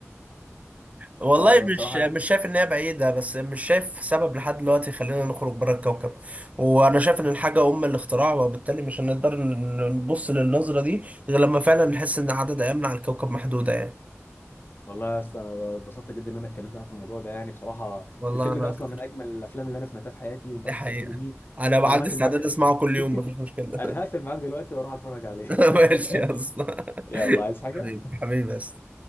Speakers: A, on the right (about 30°); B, on the left (about 45°).
A: والله
B: <laughs> فبصراحه
A: مش مش
B: يعني
A: شايف ان هي بعيدة بس مش شايف سبب لحد دلوقتي يخلينا نخرج بره الكوكب وانا شايف ان الحاجة ام الاختراع وبالتالي مش هنقدر ن- نبص للنظرة دي غير لما فعلا نحس ان عدد ايامنا على الكوكب محدودة يعني
B: والله يا اسطى انا اتبسطت جدا ان انا اتكلمت معاك في الموضوع ده يعني بصراحه
A: والله
B: الفيلم
A: انا
B: ده
A: اكتر
B: اصلا من اجمل الافلام اللي انا سمعتها في حياتي
A: دي
B: وانت فكرتني
A: حقيقة
B: بيه
A: انا
B: وانا
A: عندي
B: هقفل
A: استعداد
B: معاك ده
A: اسمعه كل يوم
B: <laughs>
A: مفيش مشكلة
B: انا هقفل معاك دلوقتي واروح اتفرج عليه
A: <laughs> ماشي
B: <laughs>
A: يا اسطى <laughs>
B: يلا عايز حاجه
A: حبيبي حبيبي بس